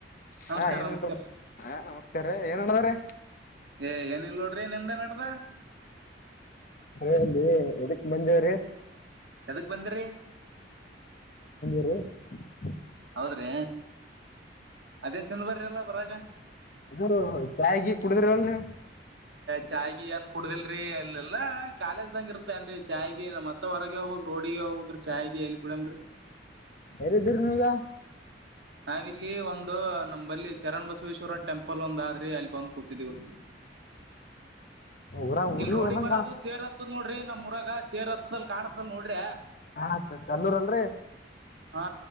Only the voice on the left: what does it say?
ಹ
ಏನರು
ಹ ನಮಸ್ಕಾರ ಏನಣದ್ರ
ಇಲ್ಲಿ ಎದಕ್ ಬಂದೇವ್ರೀ
ಹ
ಅ ಚಾಯಗ ಕುಡಿದ್ರ ಅಲ್ ನೀ
ಎದ ಇದಿದ್ದೀರಿ ನೀ ಈಗ
ಊರಾಗ
ಊರಿಗ್
ಹೋದಂಗ್
ಕಾಣ
ಹಾತ್ ಕಲ್ಲೂರ್ ಅಲ್ರಿ